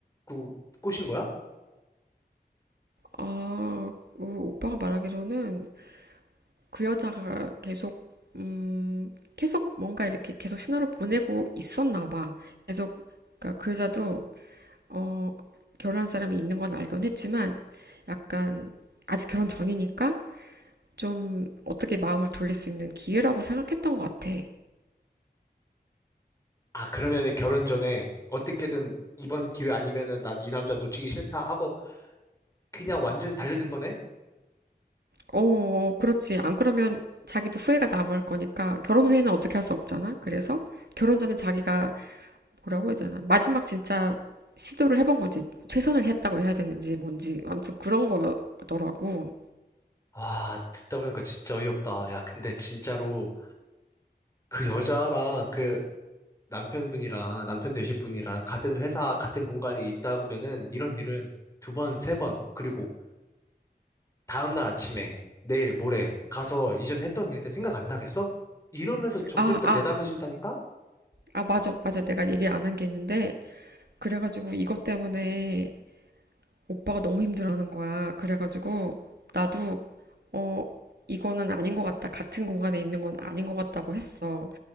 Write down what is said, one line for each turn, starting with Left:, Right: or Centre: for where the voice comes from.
Left: 그 꼬신 거야?
Right: 아, 그 오빠가 말하기로는 그 여자가 계속, 음, 계속 뭔가 이렇게 계속 신호를 보내고 있었나 봐. 계속, 그러니까 그 여자도, 어, 결혼한 사람이 있는 건 알긴 했지만, 약간, 아직 결혼 전이니까 좀 어떻게 마음을 돌릴 수 있는 기회라고 생각했던 것 같아.
Left: 아, 그러면은 결혼 전에 어떻게든 이번 기회 아니면은 난 이 남자 놓치기 싫다 하고 그냥 완전히 달려든 거네?
Right: 어, 어, 그렇지. 안 그러면 자기도 후회가 남을 거니까, 결혼 후에는 어떻게 할 수 없잖아. 그래서 결혼 전에 자기가 뭐라고 해야 되나? 마지막 진짜 시도를 해본 거지. 최선을 했다고 해야 되는지 뭔지. 아무튼 그런 거더라고.
Left: 아, 듣다 보니까 진짜 어이없다. 야, 근데 진짜로 그 여자랑 그 남편분이랑 남편 되실 분이랑 같은 회사, 같은 공간에 있다면은 이런 일은 두 번, 세 번, 그리고 다음날 아침에 내일, 모레 가서 이전 했던 일들 생각 안 나겠어? 이러면서 점점
Right: 아,
Left: 더
Right: 아,
Left: 대담해진다니까?
Right: 아, 맞아, 맞아. 내가 얘기 안 한 게 있는데. 그래가지고 이것 때문에 오빠가 너무 힘들어하는 거야. 그래가지고 나도, 어, 이거는 아닌 것 같다. 같은 공간에 있는 건 아닌 것 같다고 했어.